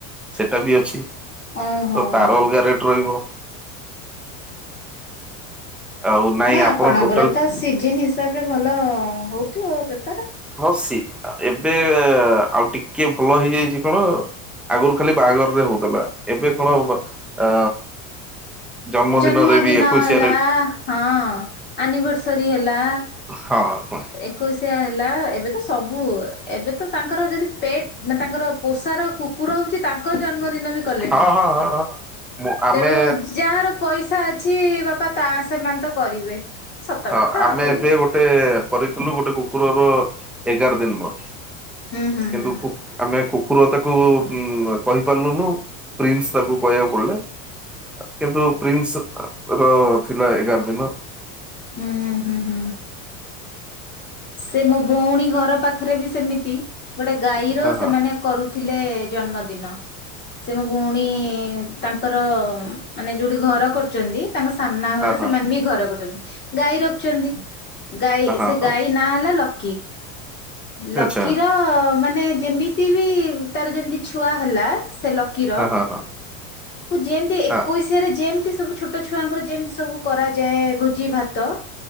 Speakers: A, in the centre; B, on the left.
A: ସେଇଟା ବି ଅଛି।
B: ଓହୋ
A: ତ ତାର
B: ହୋ
A: ଅଲଗା ରେଟ ରହିବ। ଆଉ ନାଇଁ
B: ହେ ଆପଣଙ୍କର
A: ଆପଣ ଟୋଟାଲ
B: ତ ସିଜନ ହିସାବରେ ଭଲ ହଉଥିବ ବେ
A: ହ ସେ ଏବେ ଆଉ ଟିକେ ଭଲ ହେଇଯାଇଛି କଣ ଆଗରୁ ଖାଲି ବାହାଘରରେ ହଉଥିଲା। ଏବେ କଣ ଅ ଜନ୍ମଦିନରେ
B: ଜନ୍ମଦିନ
A: ବି ଏକୋଇଶିଆରେ
B: ହେଲା ହଁ ଆନିଭର୍ସରୀ ହେଲା।
A: ହଁ ହଁ
B: ଏକୋଇଶିଆ ହେଲା ଏବେ ସବୁ ଏବେ ତ ତାଙ୍କର ଯଦି ପେଟ ମାନେ ତାଙ୍କର ପୋଷାର କୁକୁର ହଉଛି ତାଙ୍କର ଜନ୍ ଜନ୍ମଦିନ ବି କଲେଣି
A: ହଁ ହଁ ହଁ ହଁ। ମୁଁ ଆମେ
B: ତେଣୁ ଯାହାର ପଇସା ଅଛି ବାପା ତା ସେମାନେ ତ କରିବେ। ସତ
A: ହଁ
B: କଥା
A: ଆମେ
B: ଆଉ
A: ଏବେ ଗୋଟେ କରିଥିଲୁ ଗୋଟେ କୁକୁରର ଏଗାର ଦିନ ମନ୍ଥ୍
B: ହୁଁ ହୁଁ
A: କିନ୍ତୁ
B: ହୁଁ
A: କୁ-ଆମେ କୁ କୁର ତାକୁ ଉଁ-କହି ପାରଲୁନୁ ପ୍ରିନସ୍ ତାକୁ କହିବାକୁ ପଡିଲା। କିନ୍ତୁ ପ୍ରିନସର ଥିଲା ଏଗାର ଦିନ।
B: ହୁଁ ହୁଁ ହୁଁ। ସେ ମୋ ଭୋଉଣୀ ଘର ପାଖରେ ବି ସେମିତି ଗୋଟେ ଗାଈର
A: ହଁ ହଁ
B: ସେମାନେ କରୁଥିଲେ ଜନ୍ମଦିନ ସେ ମୋ ଭୋଉଣୀ ତାଙ୍କ୍ ତାଙ୍କର ମାନେ ଯୋଉଠି ଘର କରୁଚନ୍ତି ତାଙ୍କ ସାମ୍ନା
A: ହଁ
B: ଘର
A: ହଁ
B: ସେମାନେ ବି ଘର କରୁଚନ୍ତି। ଗାଈ ରଖିଚନ୍ତି ଗାଈ ସେ
A: ହଁ ହଁ
B: ଗାଈ ନା ଲକି ଲକିର
A: ଆଚ୍ଛା
B: ମାନେ ଯେମିତି ବି ତାର ଯେମିତି ଛୁଆ ହେଲା ସେ ଲକିର
A: ହଁ ହଁ ହଁ।
B: ଯେମତି ଏକୋଇଶିଆରେ
A: ହଁ
B: ଯେମ୍ ତି ସବୁ ଛୋଟ ଛୁଆଙ୍କର ଯେମତି ସବୁ କରାଯାଏ ଭୋଜି ଭାତ